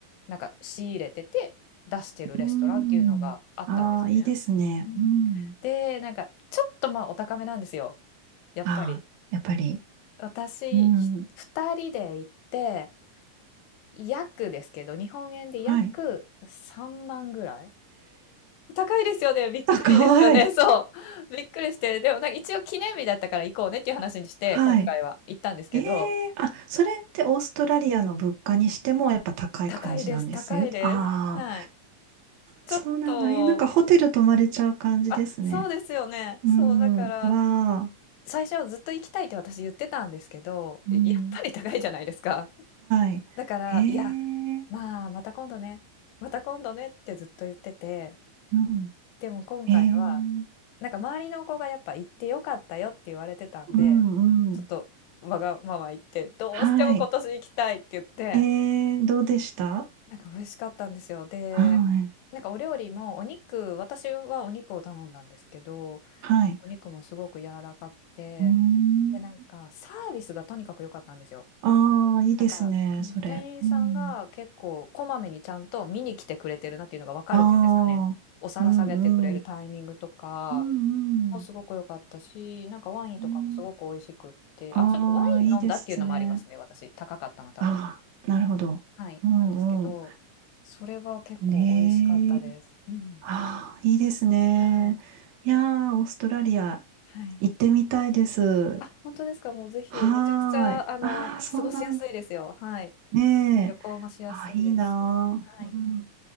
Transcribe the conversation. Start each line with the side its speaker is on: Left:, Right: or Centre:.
Left: なんか仕入れてて出してるレストランっていうのがあったんですね。
Right: うーん。ああ、いいですね。
Left: うん。
Right: うん。
Left: で、なんか、ちょっとまあお高めなんですよ。やっぱり。
Right: ああ、やっぱり。
Left: 私、
Right: うん。
Left: ひ2人で行って、約ですけど、日本円で約3万ぐらい。
Right: はい。
Left: 高いですよね。びっくりですよね。
Right: 高い。
Left: <laughs> そう。びっくりして。でも、なんか一応記念日だったから行こうねっていう話にして、
Right: はい。
Left: 今回は行ったんですけど、
Right: ええあ、それってオーストラリアの物価にしてもやっぱ高い感じなんです。
Left: 高いです。高いです。
Right: ああ、
Left: はい。ちょっと、
Right: そうなんだ。えーなんかホテル泊まれちゃう感じですね。
Left: あ、そうですよね。
Right: うん。
Left: そう、だから、
Right: わあ。
Left: 最初ずっと行きたいって私言ってたんですけど、
Right: うん。
Left: やっぱり高いじゃないですか。
Right: はい。
Left: だから、
Right: え
Left: いや、
Right: え
Left: まあ、また今度ね、また今度ねってずっと言ってて、
Right: う
Left: でも今回は、
Right: ん。ええ
Left: なんか周りの子がやっぱ行ってよかったよって言われてたんで、
Right: うんうん。
Left: ちょっとわがまま言って、どうしても今年行きたいって言って、
Right: はい。ええどうでした
Left: なんか美味しかったんですよ。で、
Right: はい。
Left: なんかお料理もお肉、私はお肉を頼んだんですけど、
Right: はい。
Left: お肉もすごく柔らかくて、
Right: うーん。
Left: で、なんかサービスがとにかく良かったんですよ。
Right: ああ、いいですね、
Left: なんか、うん店員さんが結構こまめにちゃんと見に来てくれてるなっていうのがわかるっていうんですかね。
Right: それ。うん。ああ、
Left: お皿下げてくれるタイミングとか
Right: うんうん。うん
Left: もすごく良かったし、なんかワインとかもすごく美味しくって、
Right: うん。ああー、
Left: あ、ちょっとワイン飲んだっていうのもありますね、
Right: いいですね。
Left: 私。高かったの多分。
Right: ああ、なるほど。
Left: はい。
Right: うんう
Left: なんですけど、それは結構美味しかったです。
Right: ん。ねえ。
Left: うん。
Right: ああ、いいですね。
Left: はい。
Right: いやー、オーストラリア
Left: はい。
Right: 行ってみたいです。
Left: あ、本当ですか。もうぜひ、
Right: はーい。
Left: めちゃくちゃ、あの、
Right: ああ、そうなんだ。
Left: 過ごしやすいですよ。はい。
Right: ねえ。
Left: 旅行もしやすいですし。
Right: ああ、いいなー。
Left: はい。
Right: うん。